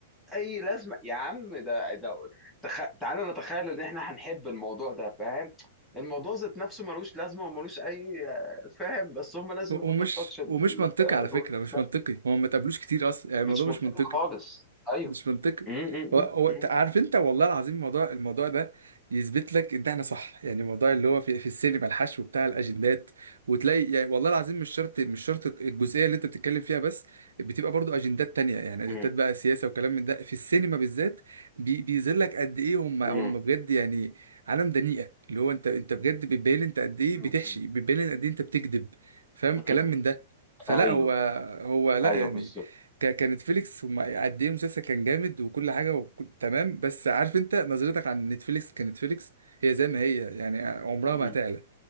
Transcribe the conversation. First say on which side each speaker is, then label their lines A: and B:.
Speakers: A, in the centre; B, on the right.
A: اي لازمة يا عم ده ده تخ... تعالى نتخيل ان احنا هنحب الموضوع ده فاهم الموضوع ذات نفسه ملوش لازمة وملوش اي آه، فاهم بس هم لازم
B: و-
A: يحطوا
B: ومش
A: التاتش ال-
B: ومش منطقي
A: آه،
B: على
A: الوحش
B: فكرة مش
A: ده
B: منطقي هو ما تقابلوش كتير اصلا يعني
A: مش
B: الموضوع
A: منطقي
B: مش منطقي
A: خالص ايوه
B: مش منطقي
A: امم
B: هو هو
A: امم
B: ت- عارف انت والله العظيم الموضوع الموضوع ده يثبت لك ان احنا صح يعني الموضوع اللي هو في, في السينما الحشو بتاع الاجندات وتلاقي يعني والله العظيم مش شرط مش شرط الجزئيه اللي انت بتتكلم فيها بس بتبقى برضو اجندات تانية يعني اجندات
A: امم
B: بقى سياسه وكلام من ده في السينما بالذات بي بيظهر لك قد ايه هم هم
A: مم.
B: بجد يعني عالم دنيئه اللي هو انت انت بجد بتبين انت قد ايه
A: مم.
B: بتحشي بتبين قد ايه انت بتكذب فاهم كلام
A: مم.
B: من ده فلا
A: ايوه
B: هو هو لا
A: ايوه
B: يعني
A: بالظبط
B: ك- كانت فيليكس هم قد ايه المسلسل كان جامد وكل حاجه وكل... تمام بس عارف انت نظرتك عن نتفليكس كنتفليكس هي زي ما هي يعني عمرها
A: مم.
B: ما هتعلى